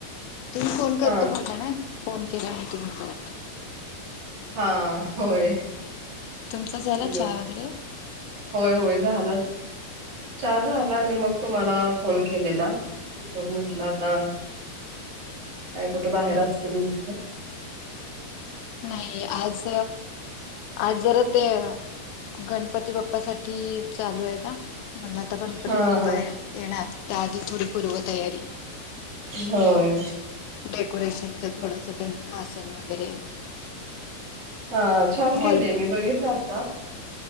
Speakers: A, on the left; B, on the right.
A: तुम्ही फोन
B: हा
A: करतो बोला ना, फोन केला आणि तुम्ही परत. <inaudible>
B: हा होय.
A: तुमचा झाला
B: बर
A: चहा वगैरे
B: होय होय झालाच. च्या झाला आणि मग तुम्हाला फोन केलेला बघुया म्हंटल. ना आता काय कुठं बाहेर असतील म्हटलं?
A: नाही आज आज जरा ते अ गणपती बाप्पासाठी चालू आहे ना. म्हणल आता गणपती
B: हा
A: बाप्पा येणार, त्याआधी थोडी पूर्व तयारी
B: होय.
A: डेकोरेशनच थोडस तेन आसन वगैरे
B: हा छान
A: वॉल
B: केलय मी बघितल आता